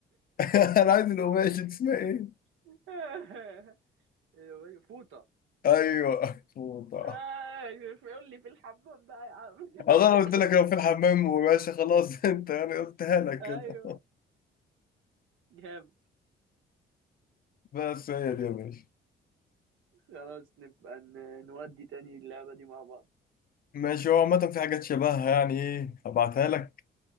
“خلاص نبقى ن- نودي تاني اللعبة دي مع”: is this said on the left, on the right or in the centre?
Right